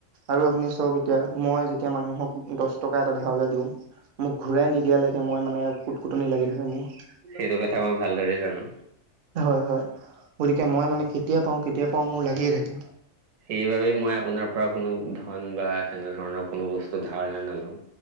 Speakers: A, on the right (about 65°); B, on the right (about 80°).
A: আৰু আপুনি চাওক এতিয়া মই যেতিয়া মানুহক দচটকা এটা ধাৰলে দিওঁ মোক ঘূৰাই নিদিয়া লৈকে মই মানে কুটকুটনি লাগি থাকে মোৰ।
B: সেইটো কথা মই ভালদৰে জানো।
A: হয়- হয় গতিকে মই মানে কেতিয়া পাওঁ- কেতিয়া পাওঁ মোৰ লাগিয়ে থাকে।
B: সেইবাবেই মই আপোনাৰ পৰা কোনো ধন বা তেনেধৰণৰ কোনো বস্তু ধাৰলে নলওঁ।